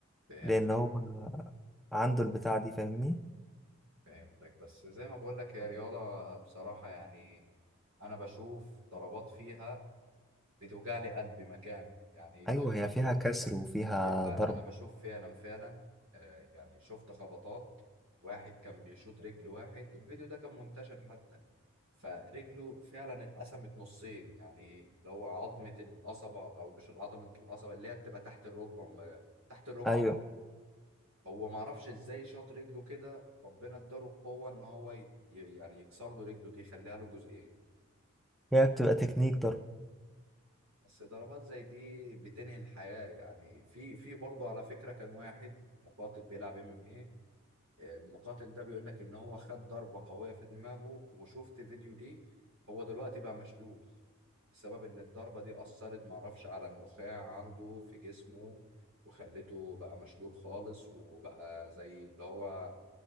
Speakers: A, on the right; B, in the centre.
A: فهمت
B: لأن هو عنده البتاعة دي فاهمني
A: فهمتك بس زي ما بقول لك هي رياضة بصراحة يعني انا بشوف ضربات فيها بتوجع لي قلبي مكان يعني اللي
B: أيوه
A: هو
B: هي
A: انا
B: فيها
A: ب-
B: كسر وفيها
A: بيبقى
B: ضرب
A: انا بشوف فعلا فعلا آه، يعني شفت خبطات واحد كان بيشوط رجل واحد الفيديو ده كان منتشر حتى فرجله فعلا اتقسمت نصين يعني اللي هو عظمة القصبة او مش عظمة القصبة اللي هي بتبقى تحت الركبة تحت الركبة
B: أيوه
A: هو ما اعرفش ازاي شاط رجله كده ربنا اداله القوه ان هو ي... ي- يعني يكسر له رجله دي يخليها له جزئين
B: هي بتبقى تكنيك ضرب
A: بس ضربات زي دي بتنهي الحياه يعني في في برضه على فكره كان واحد مقاتل بيلعب ام ام ايه آه، المقاتل ده بيقول لك ان هو خد ضربه قويه في دماغه وشفت فيديو ليه هو دلوقتي بقى مشلول بسبب ان الضربه دي اثرت ما اعرفش على النخاع عنده في جسمه وخلته بقى مشلول خالص وبقى زي اللي هو